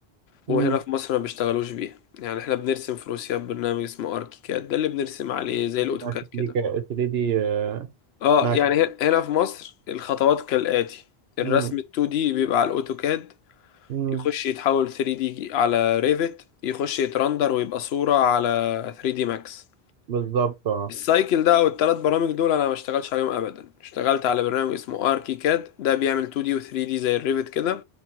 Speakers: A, on the left (about 80°); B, on the right (about 80°).
A: وهنا
B: مم.
A: في مصر ما بيشتغلوش بيها يعني احنا بنرسم في روسيا ببرنامج اسمه اركيكاد ده اللي بنرسم عليه زي الاوتوكاد
B: ما كنت
A: كده
B: ليك- قلت لي دي آه،
A: اه
B: ما
A: يعني هن- هنا في مصر الخطوات كالآتي الرسم
B: مم.
A: ال 2 دي بيبقى على الاوتوكاد
B: مم.
A: يخش يتحول 3 دي على ريفت يخش يترندر ويبقى صورة على 3 دي ماكس
B: بالظبط اه
A: السايكل ده او الثلاث برامج دول انا ما اشتغلتش عليهم ابدا اشتغلت على برنامج اسمه اركيكاد ده بيعمل 2 دي و 3 دي زي الريفت كده